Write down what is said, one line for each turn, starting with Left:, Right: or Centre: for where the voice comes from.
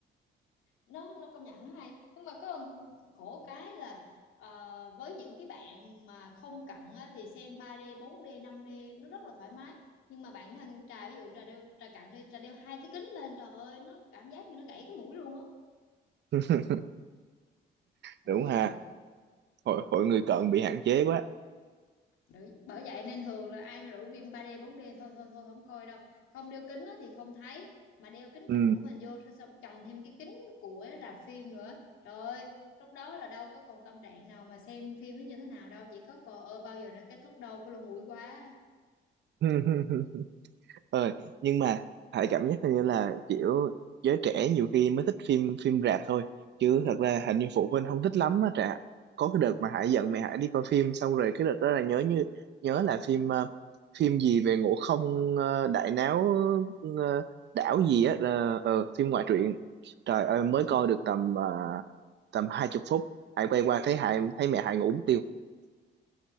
Left: nó nó công nhận nó hay nhưng mà có khổ cái là ờ, với những cái bạn mà không cận á, thì xem 3D 4D 5D nó rất là thoải mái nhưng mà bản thân trà ví dụ trà đeo trà cận đi trà đeo hai cái kính lên trời ơi nó cảm giác như nó gãy cái mũi luôn á
Right: <laughs>
Left: bởi
Right: đúng
Left: vậy
Right: ha
Left: ừ
Right: hội hội người cận
Left: Nè,
Right: bị hạn chế quá
Left: Đấy, bởi vậy nên thường là ai mà rủ phim 3D 4D thôi thôi thôi không coi đâu không đeo kính á thì không thấy mà đeo kính
Right: ừ
Left: cận của mình vô xong xong chồng thêm cái kính của rạp phim nữa trời ơi, lúc đó là đâu có còn tâm trạng nào mà xem phim nó như thế nào đâu chỉ có cò ơ bao giờ nó kết thúc đâu có lỗ mũi quá
Right: <laughs> ờ nhưng mà Hải cảm giác hình như là kiểu giới trẻ nhiều khi mới thích phim phim rạp thôi chứ thật ra hình như phụ huynh không thích lắm á Trạ có cái đợt mà Hải giận mẹ Hải đi coi phim xong rồi cái đợt đó là nhớ như nhớ là phim ờ, phim gì về Ngộ Không ờ, đại náo ờ, đảo gì á ờ ờ, phim ngoại truyện trời ơi mới
Left: ừ.
Right: coi được tầm ờ, tầm hai chục phút Hải quay qua thấy Hải thấy mẹ Hải ngủ mất tiêu